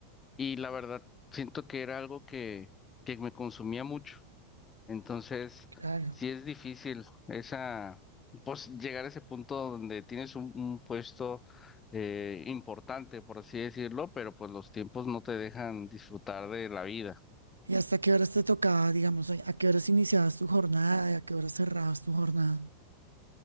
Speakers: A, on the left (about 25°); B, on the right (about 85°).
A: Y la verdad, siento que era algo que, que me consumía mucho. Entonces,
B: Claro.
A: sí es difícil esa, pues llegar a ese punto donde tienes un, un puesto eh, importante, por así decirlo, pero pues los tiempos no te dejan disfrutar de la vida.
B: ¿Y hasta qué horas te tocaba, digamos, a a qué horas iniciabas tu jornada y a qué horas cerrabas tu jornada?